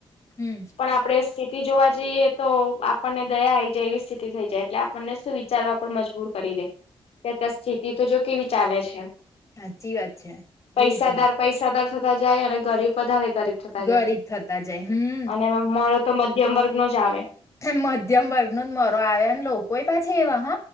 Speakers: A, on the left; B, on the left.
A: હમ
B: પણ આપણેે સી ટી જોવા જઈએ તો આપણને દયા આઈ જાય એવી સ્થિતિ થઈ જાય, એટલે આપણને શું વિચારવા પણ મજબૂર કરી તે તયા તો સ્થિતિ તો જો કેવી ચાલે છે.
A: સાચી વાત છે
B: પૈસાદાર
A: એજ ને
B: પૈસાદાર થતા જાય અને ગરીબ વધારે ગરીબ થતા
A: ગરીબ
B: જાય
A: થતા જાય. હમ્મ.
B: અને એમાં મારો તો મધ્યમ વર્ગ નો જ આવે.
A: મધ્યમ વર્ગ નો જ મરો આવે અને લોકો એ પાછી એવા હ